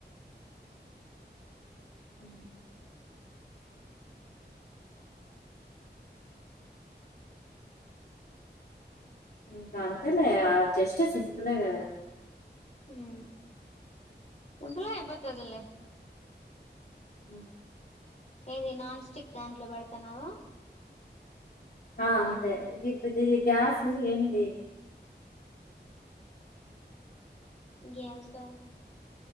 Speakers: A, on the left; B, on the left.
A: ఉ ఉ ఇంక అంతేలే జస్ట్ సింపులే కదా
B: ఉ సింపులే ఐపోతదిలే
A: ఉ
B: ఏది నాన్ స్టిక్ దాంట్లో పెడతన్నావా
A: ఆ అంతే ఇప్ ఇది గ్యాస్ ఏంది
B: గ్యాసా